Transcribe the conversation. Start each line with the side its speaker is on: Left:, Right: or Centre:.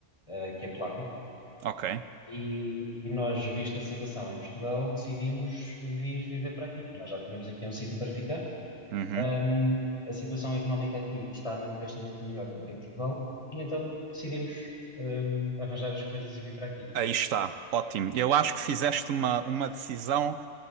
Left: ah, que é polaca,
Right: ok,
Left: e, e nós, vista a situação em Portugal, decidimos vir viver para aqui. Nós já tínhamos aqui um sítio para ficar,
Right: uhum.
Left: Ahm, a situação económica aqui está manifestamente melhor do que em Portugal e então decidimos, ahm, arranjar as coisas e vir para aqui.
Right: Aí está, ótimo. Eu acho que fizeste uma, uma decisão